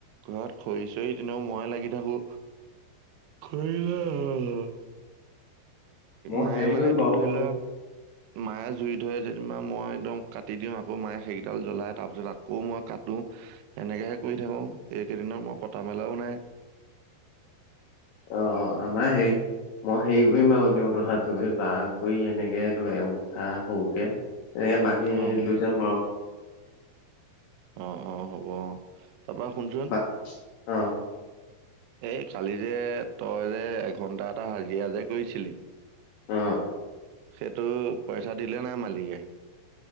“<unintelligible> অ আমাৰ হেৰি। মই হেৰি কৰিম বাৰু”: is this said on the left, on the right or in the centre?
Left